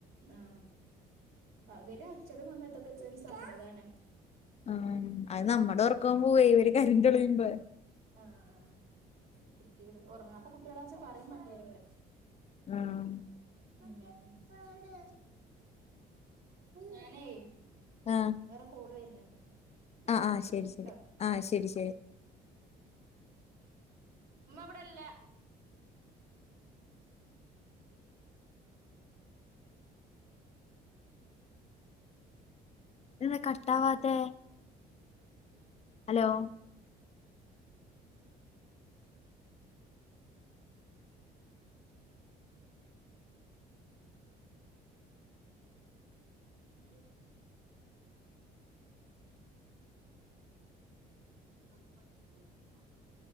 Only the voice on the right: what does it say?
ആ പകല് ചെല സമയത്തൊക്കെ വച്ചാ ഒരു സമാധാനാ
ആ ആ കുട്ടി ഉറങ്ങാത്ത കുട്ടികളാച്ചാ പറയുംവേണ്ടി വരൂല <inaudible>
എന്നിട്ട് ഞാനെ
വേറെ കോള് വരുന്നുണ്ട് ഞാൻ
വിളിക്കലുണ്ട്
ട്ടോ ഉം
ഉമ്മവിടെല്ല
ഉം <unintelligible> അത് <unintelligible>